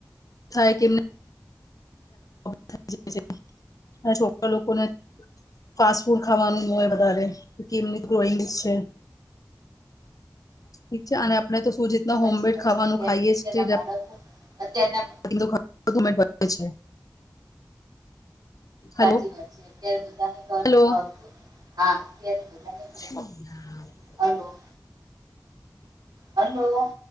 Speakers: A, on the left; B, on the right.
A: થાય કે એમને વાત સાચી છે અને છોકરા લોકોને ફાસ્ટ ફૂડ ખાવાનું હોય વધારે એમની ગ્રોઈંગ છે. ઠીક છે આને આપણે તો શું રીતના
B: સાચી
A: હોમમેડ
B: વાત
A: ખાવાનું
B: છે અત્યાર
A: ખાઈએ
B: અત્યારના
A: છીએ
B: બાળકો અત્યારના
A: ગંદુ ખાવાનું. વધુમાં વધે છે.
B: સાચી
A: હેલો
B: વાત છે અત્યારે બધાને ઘ
A: હેલો
B: હા <unintelligible>
A: <unintelligible>
B: હલો હલો